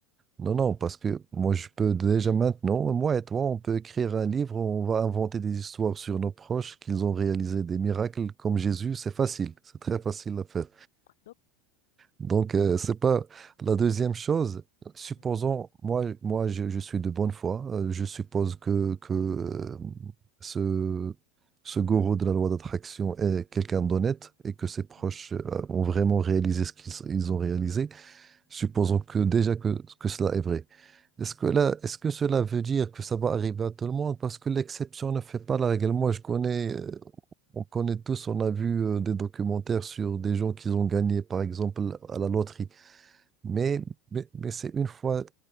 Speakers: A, on the right; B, on the left.
A: Non, non, parce que moi, je peux déjà maintenant, moi et toi, on peut écrire un livre, on va inventer des histoires sur nos proches, qu'ils ont réalisé des miracles comme Jésus. C'est facile, c'est très facile à faire.
B: Donc,
A: Donc,
B: donc,
A: euh, c'est pas la deuxième chose. Supposons,
B: mhm,
A: moi, moi je, je suis de bonne foi. euh, je suppose que, que euh, ce, ce gourou de la loi d'attraction est quelqu'un d'honnête et que ses proches
B: mhm.
A: euh, ont vraiment réalisé ce qu'ils ils ont réalisé. Supposons que déjà que, que cela est vrai. Est-ce que là, est-ce que cela veut dire que ça va arriver à tout le monde? Parce que l'exception ne fait pas la règle. Moi, je connais, euh, on connaît tous, on a vu euh, des documentaires sur des gens qui ont gagné, par exemple, à la loterie. Mais, mais, mais c'est une fois